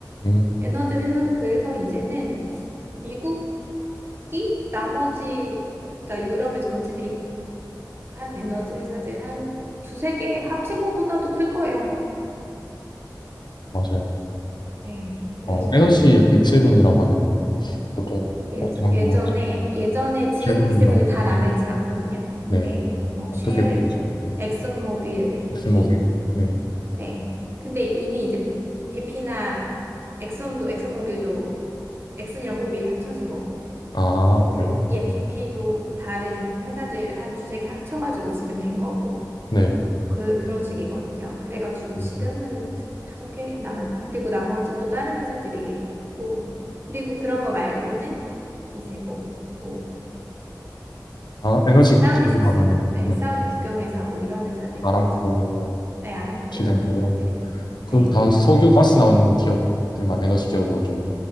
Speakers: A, on the left; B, on the right.
A: 음,
B: 에너지 회사도 그래서 이제는 미국 이 나머지 그러니까 유럽의 전체 빅 한 에너지 회사들 한 두세 개 합친 것보다도 클 거예요.
A: 맞아요.
B: 네. 그래서
A: 어, 에너지의
B: 뭐
A: 빅세븐이라고 하면 보통
B: 예전,
A: 어떤
B: 예전에
A: 뭐
B: 예전에 지금
A: 세븐
B: 빅세븐이
A: 이런 거
B: 다
A: 같은데.
B: 남아있진 않거든요. 근데
A: 네,
B: 뭐
A: 어떻게
B: 쉘,
A: 꼽으죠? 네,
B: 엑슨모빌, BP
A: 엑스모빌. 네,
B: 네. 근데 이미 이제 BP나 엑슨도 엑슨모빌도 엑슨이랑 모빌이 합쳐진 거고
A: 아,
B: 그
A: 그래요?
B: 예,
A: 어.
B: BP도 다른 회사들 한 두세 개 합쳐가지고 지금 된 거고
A: 네.
B: 그, 그런 식이거든요. 그래가지고
A: 음,
B: 지금은 다섯 개 남았나? 그리고 나머지 또 다른 회사들이 있고, 그리고 그런 거 말고는 이제 뭐, 뭐,
A: 다 에너지
B: 사우디
A: 기업이라고
B: 숙사,
A: 하면
B: 네,
A: 네,
B: 사우디 국영회사 뭐 이런 회사들이,
A: 아람코
B: 그죠?
A: 뭐,
B: 네, 아람코
A: 시덴탈
B: 이런 회사들이.
A: 이런 거.
B: 네.
A: 그다 석유 가스 나오는 기업들만 에너지 기업으로 좀